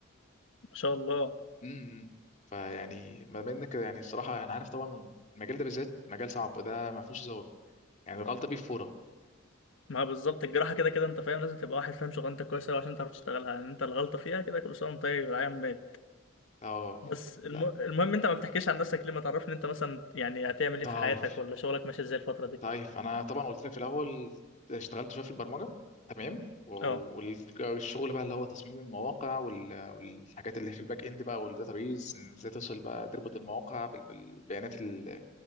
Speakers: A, on the left; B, on the left.
A: ما شاء الله
B: امم فيعني ما بين كده يعني الصراحة انا عارف طبعا المجال ده بالذات مجال صعب ده ما فيهوش هزار يعني الغلطة بيه فورة
A: ما بالظبط الجراحه كده كده انت فاهم لازم تبقى واحد فاهم شغلانتك كويس أوي عشان تعرف تشتغلها يعني انت الغلطه فيها كده كل سنه وانت طيب يا عم
B: اه
A: بس الم...
B: لا
A: المهم انت ما بتحكيش عن نفسك ليه ما تعرفني انت مثلا يعني هتعمل ايه
B: طيب
A: في حياتك ولا شغلك ماشي ازاي الفترة دي
B: طيب انا طبعا قلت لك في الاول اشتغلت شويه في البرمجه تمام والشغل
A: اه
B: بقى اللي هو تصميم المواقع وال- والحاجات اللي في الباك اند بقى والداتابيز ازاي توصل بقى تربط المواقع بال- بالبيانات ال-